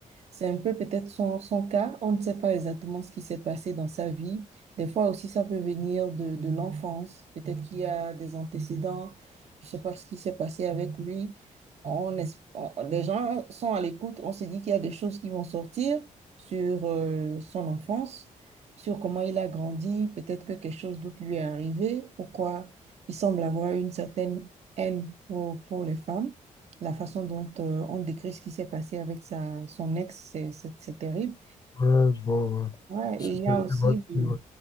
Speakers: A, on the right (about 50°); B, on the left (about 30°).
A: C'est un peu peut-être son, son cas. On ne sait pas exactement ce qui s'est passé dans sa vie. Des fois aussi, ça peut venir de, de l'enfance. Peut-être qu'il y a des antécédents. Je ne sais pas ce qui s'est passé avec lui. On, es- on- les gens sont à l'écoute. On se dit qu'il y a des choses qui vont sortir sur euh, son enfance, sur comment il a grandi. Peut-être que quelque chose d'autre lui est arrivé. Pourquoi il semble avoir une certaine haine pour, pour les femmes. La façon dont euh, on décrit ce qui s'est passé avec sa, son ex, c'est c'est- c'est terrible.
B: Ouais, je vois, ouais.
A: Ouais,
B: C'est
A: et il
B: qui
A: y a
B: a
A: aussi le,
B: ouais.